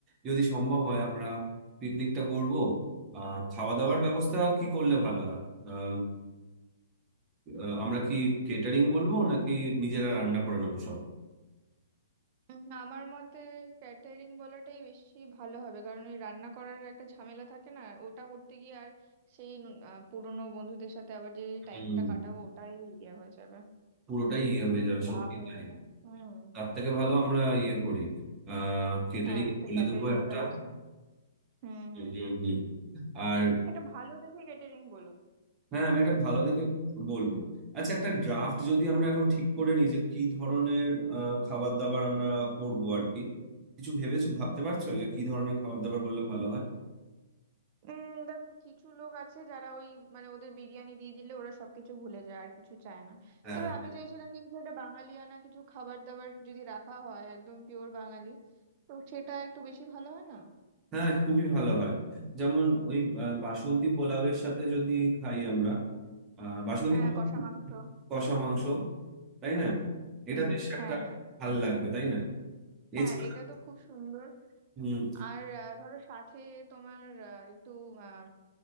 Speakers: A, on the right; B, on the right.
A: যদি সম্ভব হয় আমরা পিকনিকটা করব আর খাওয়া দাওয়ার ব্যবস্থা কি করলে ভালো হয় আম, আহ, আমরা কি কেটারিং বলবো নাকি নিজেরা রান্না করে নেবো সব
B: উম, আমার মতে ক্যাটারিং বলাটাই বেশি ভালো হবে কারণ ওই রান্না করার একটা ঝামেলা থাকে না ওটা করতে গিয়ে আর সেই ন- আহ, পুরনো বন্ধুদের সাথে আবার যে টাইমটা
A: হম
B: কাটাবো ওটাই ইয়ে হয়ে যাবে
A: পুরোটাই ইয়ে হয়ে যাবে
B: ভাব
A: সত্যি
B: হয়ে
A: তাই।
B: যাবে হুম
A: তার থেকে ভালো আমরা ইয়ে করি আহ কেটারিং
B: হ্যাঁ একটা
A: বলে
B: ক্যাটারিং
A: দেবো একটা
B: এর ব্যবস্থা হুম হুম
A: হুম হুম আর
B: একটা ভালো দেখে ক্যাটারিং বলো
A: হ্যাঁ আমি একটা ভালো দেখে বলবো আচ্ছা একটা ড্রাফট যদি আমরা এখন ঠিক করে নিই যে কি ধরনের আহ, খাবার দাবার আমরা করব আর কি কিছু ভেবেছো ভাবতে পারছো যে কি ধরনের খাবার দাবার বললে ভালো হয়
B: উম দেখো কিছু লোক আছে যারা ওই মানে ওদের বিরিয়ানি দিয়ে দিলে ওরা সবকিছু ভুলে যায় আর কিছু চায় না
A: হ্যাঁ
B: তবে আমি চাইছিলাম কি কিছু একটা বাঙালিয়ানা কিছু খাবার দাবার যদি রাখা হয় একদম পিওর বাঙালি তো সেটা একটু বেশি ভালো হয় না
A: হ্যাঁ খুবই ভালো হয় যেমন ওই আহ, বাসন্তী পোলাওয়ের সাথে যদি খাই আমরা আহ, বাসন্তী
B: হ্যাঁ
A: পোলাও
B: কষা মাংস
A: কষা মাংস তাই না এটা
B: হুম
A: বেশ একটা
B: হ্যাঁ হ্যাঁ
A: ভাল লাগবে তাই না
B: হ্যাঁ
A: এছাড়া
B: এটা তো খুব সুন্দর
A: হুম
B: আর আহ, ধরো সাথে তোমার আহ, একটু আহ,